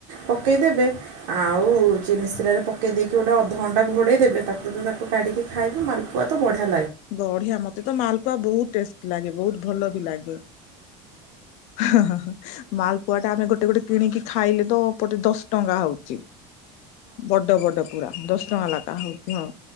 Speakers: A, on the right; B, on the left.
A: ପକେଇଦେବେ ଆଉ ଚିନିସିରାରେ ପକେଇଦେଈକି ଗୋଟେ ଅଧଘଣ୍ଟା ଘୋଡେଇ ଦେବେ ତାକୁ ତା। କାଢିକି ଖାଇବି ମାଲପୁଆ ତ ବଢିଆ।
B: ବଢିଆ ମତେ ତ ମାଲପୁଆ ବହୁତ ଟେଷ୍ଟି ଲାଗେ ବହୁତ। ଭଲ ବି ଲାଗେ ହଁ ହଁ ହଁ ମାଲପୁଆ ଟା ଆମେ ଗୋଟେ ଗୋଟେ କିଣିକି ଖାଇଲୁ। ତୋ ପଟେ ଦଶ ଟଙ୍କା ହଉଛି। ବଡ ବଡ ପୁରା ଦଶ ଟଙ୍କା ଲଖା ହଉଛି ଆଉ,